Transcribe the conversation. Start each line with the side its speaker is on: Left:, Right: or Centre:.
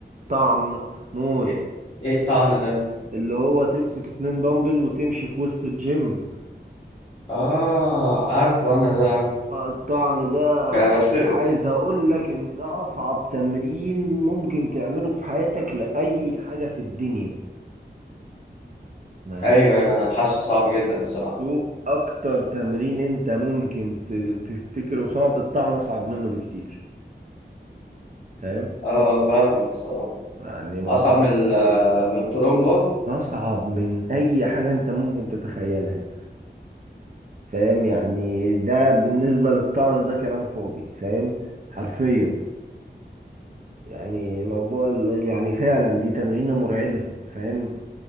Right: طعن موت
Left: ايه إيه الطعنة ده
Right: اللي هو تمسك اتنين دمبل وتمشي في وسط الجيم
Left: اه عارفه انا ده
Right: آه، الطعن ده
Left: ك- بس
Right: مش عايز اقول لك ان ده اصعب تمرين ممكن تعمله في حياتك لاي حاجة في الدنيا ما
Left: ايوه
Right: فاهم
Left: ايوه انا حاسه صعب جدا الصراحة
Right: شوف اكتر تمرين انت ممكن ت- تفتكره صعب الطعن اصعب منه بكتير فاهم
Left: اه فاهمك الصراحة
Right: يعني موضوع
Left: اصعب من ال- من الترومبا
Right: اصعب من اي حاجة انت ممكن تتخيلها فاهم يعني ده بالنسبة للطعن ده كلام فاضي فاهم حرفيا يعني موضوع ال- يعني فعلا دي تمرينة مرعبة فاهم